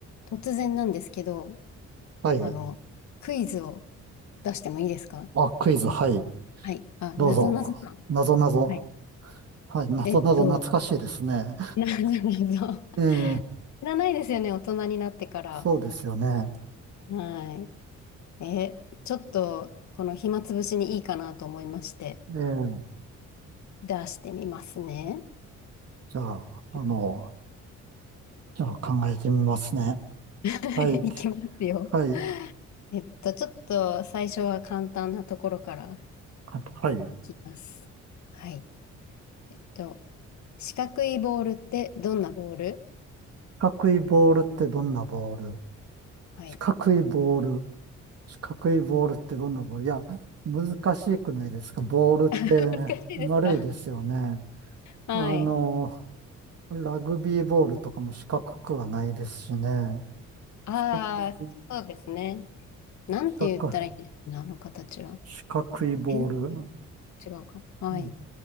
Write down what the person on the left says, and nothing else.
突然なんですけど、
あの、クイズを出してもいいですか
はい。あ、
なぞなぞか。
はい。
えっと、なぞなぞ。
知らないですよね、大人になってから。
はい。え、ちょっと、この暇つぶしにいいかなと思いまして、
出してみますね。
<laughs>
はい、
いきますよ。
えっと、ちょっと最初は簡単なところから
いきます。はい。えっと、四角いボールってどんなボール
はい。
<laughs> 難しいですか。
はい。
ああ、
そうですね。なんて言ったらいいんですかね、
あの形は。
変水違うか。はい。